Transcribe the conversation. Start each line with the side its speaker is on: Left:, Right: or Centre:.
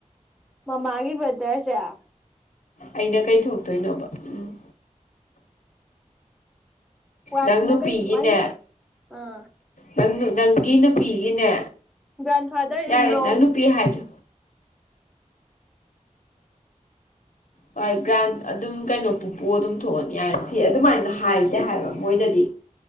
Centre: ꯃꯃꯥꯒꯤ ꯋꯦꯗꯔ ꯖꯦꯌ
Left: ꯑꯩꯅ ꯀꯩ ꯊꯣꯛꯇꯣꯏꯅꯣꯕ ꯎꯝ
Centre: ꯋꯥꯠꯁꯤꯅ
Left: ꯅꯪ ꯅꯨꯄꯤꯒꯤꯅꯦ
Centre: ꯀꯩ ꯀꯨꯃꯥꯏꯃꯤꯠ ꯑꯥ
Left: ꯅꯪ ꯅꯪꯒꯤ ꯅꯨꯄꯤꯒꯤꯅꯦ
Centre: ꯭ꯒꯔꯥꯟꯐꯥꯗꯔ
Left: ꯌꯥꯔꯦ
Centre: ꯏꯟ ꯂꯣ
Left: ꯅꯪ ꯅꯨꯄꯤ ꯍꯥꯏꯔꯣ ꯍꯣꯏ ꯒ꯭ꯔꯥꯟ ꯑꯗꯨꯝ ꯀꯩꯅꯣ ꯄꯨꯄꯨ ꯑꯗꯨꯝ ꯊꯣꯛꯑꯅꯤ ꯌꯥꯔꯦ ꯁꯤ ꯑꯗꯨꯃꯥꯏꯅ ꯍꯥꯏꯁ ꯍꯥꯏꯕ ꯃꯣꯏꯅꯗꯤ